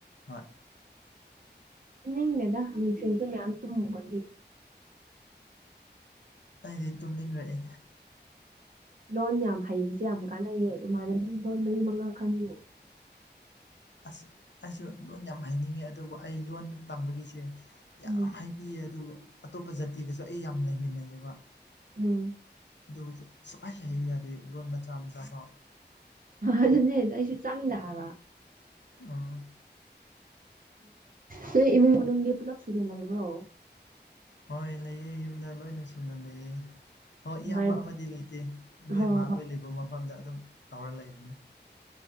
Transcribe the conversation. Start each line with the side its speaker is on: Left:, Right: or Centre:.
Left: ꯍꯣꯏ
Right: ꯅꯤꯡꯗꯦꯗ ꯅꯨꯡ ꯆꯤꯟꯁꯨ ꯃꯌꯥꯝ ꯇꯨꯝꯨꯕꯒꯤ
Left: ꯑꯩꯗꯤ ꯇꯨꯝꯅꯤꯡꯔꯛꯏ
Right: ꯂꯣꯟ ꯌꯥꯝ ꯍꯩꯕꯁꯦ ꯌꯥꯝ ꯀꯥꯟꯅꯩꯌꯦ ꯏꯃꯥꯟꯅꯕꯤ ꯂꯣꯟ ꯃꯔꯤ ꯃꯉꯥ ꯈꯪꯉꯦ
Left: ꯑꯁ ꯑꯩꯁꯨ ꯂꯣꯟ ꯌꯥꯝ ꯍꯩꯅꯤꯡꯉꯤ ꯑꯗꯨꯕꯨ ꯑꯩ ꯂꯣꯟ ꯇꯝꯕꯒꯤꯁꯦ ꯌꯥꯝ
Right: ꯎꯝ
Left: ꯍꯥꯏꯕꯤꯌꯦ ꯑꯗꯨꯒ ꯑꯇꯣꯞꯄ ꯖꯥꯇꯤꯒꯁꯨ ꯑꯩ ꯌꯥꯝ ꯂꯩꯃꯤꯟꯅꯩꯑꯕ
Right: ꯎꯝ
Left: ꯑꯗꯨꯒ ꯁꯨꯛꯍꯥꯏ ꯍꯥꯏꯌꯨ ꯌꯥꯗꯦ ꯂꯣꯟ ꯃꯆꯥ ꯃꯆꯥ ꯐꯥꯎ
Right: ꯑꯗꯨꯅꯦ ꯑꯩꯁꯨ ꯆꯪꯗ ꯍꯥꯏꯕ
Left: ꯑꯣ
Right: ꯍꯣꯏ ꯏꯃꯨꯡ ꯃꯅꯨꯡꯒꯤ ꯄꯨꯜꯂꯞ ꯁꯨꯅ ꯂꯩꯕ꯭ꯔꯣ
Left: ꯍꯣꯏ ꯂꯩꯑꯦ ꯌꯨꯝꯗ ꯂꯣꯏꯅ ꯁꯨꯅ ꯂꯩꯌꯦ ꯍꯣꯏ
Right: ꯅꯨꯡꯉꯥꯏꯕ
Left: ꯏꯌꯥꯝꯕ ꯑꯃꯗꯤ ꯂꯩꯇꯦ ꯅꯣꯏ
Right: ꯍꯣꯏ
Left: ꯃꯥꯈꯣꯏ
Right: ꯍꯣꯏ
Left: ꯂꯩꯕ ꯃꯐꯝꯗ ꯑꯗꯨꯝ ꯇꯧꯔ ꯂꯩꯕꯅꯤ